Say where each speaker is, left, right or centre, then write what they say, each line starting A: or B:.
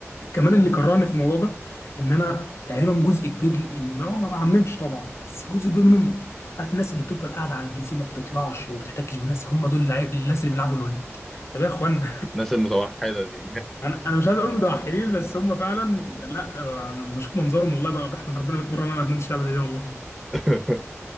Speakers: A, on the left; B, in the centre.
A: كمان اللي كرهني في الموضوع ده ان انا تقريبا جزء كبير ما ما بعممش طبعا بس جزء كبير منهم عارف الناس اللي بتفضل قاعده على البي سي ما بتطلعش وما بتحتكش بالناس هم دول اللعيب الناس اللي بيلعبوا لول طب يا اخوانا
B: الناس المتوحدة دي
A: انا انا مش عايز اقول متوحدين بس هم فعلا لا آه، انا بشوف منظرهم والله بقى بحمد ربنا 100 مره ان انا ما ادمنتش اللعبه زي دي والله
B: <laughs>